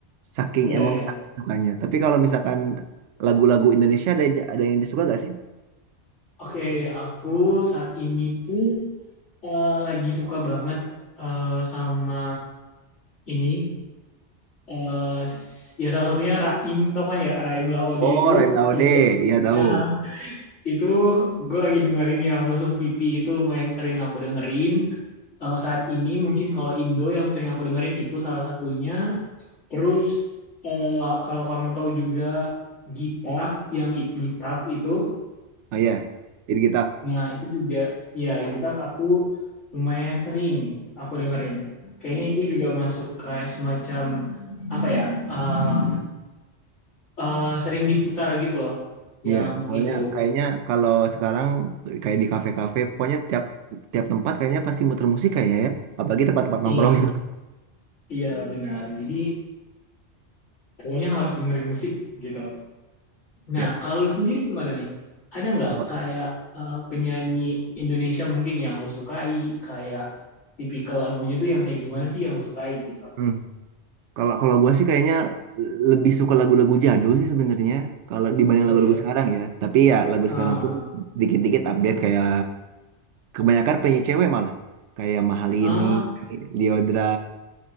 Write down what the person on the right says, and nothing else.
Saking
emang
saking sukanya. Tapi kalau misalkan lagu-lagu Indonesia ada ada yang disuka gak sih?
Oh,
Rain Laude,
iya tahu.
Oh iya, Idris Gitaf.
Iya, soalnya
kayaknya kalau sekarang kayak di kafe-kafe, pokoknya tiap tiap tempat kayaknya pasti muter musik kayaknya ya. Apalagi tempat-tempat nongkrong
gitu.
Ya.
Kalau
hmm, kalau kalau gue sih kayaknya lebih suka lagu-lagu jadul sih sebenarnya kalau dibanding
lagu-lagu
sekarang ya. Tapi ya lagu
sekarang pun dikit-dikit update kayak kebanyakan penyanyi cewek malah kayak Mahalini,
Lyodra,